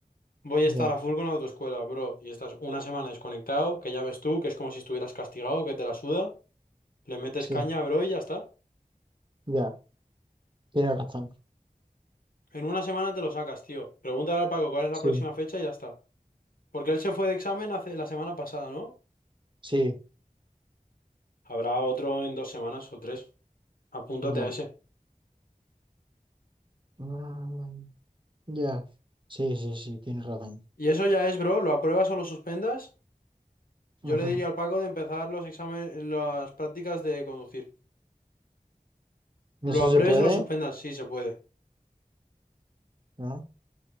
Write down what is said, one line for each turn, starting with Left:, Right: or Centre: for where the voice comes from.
Left: Voy a
Right: Ya,
Left: estar a full con la autoescuela, bro, y estás una semana desconectado, que ya ves tú, que es como si estuvieras castigado, que te la suda, le metes
Right: sí,
Left: caña, bro, y ya está.
Right: ya. Tienes razón.
Left: En una semana te lo sacas, tío. Pregúntale al Paco cuál es la
Right: Sí,
Left: próxima fecha y ya está. Porque él se fue de examen hace la semana pasada, ¿no?
Right: sí,
Left: Habrá otro en dos semanas o tres. Apúntate
Right: ya.
Left: a ese.
Right: mm, Ya. Sí, sí, sí, tienes razón.
Left: Y eso ya es, bro. ¿Lo apruebas o lo suspendas? Yo
Right: Ujú.
Left: le diría al Paco de empezar los exámenes, las prácticas de conducir.
Right: ¿Y
Left: ¿Lo
Right: eso
Left: apruebes
Right: se puede?
Left: o lo suspendas? Sí, se puede.
Right: No,